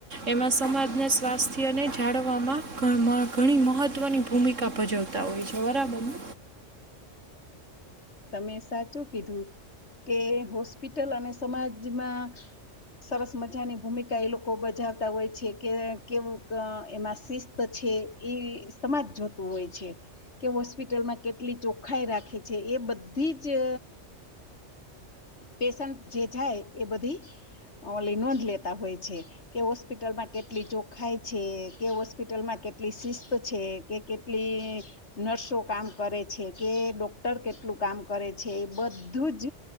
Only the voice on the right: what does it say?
એમાં સમાજના સ્વાસ્થ્યને જાળવામાં ઘણી મહત્ત્વની ભૂમિકા ભજવતા હોય છે બરાબરને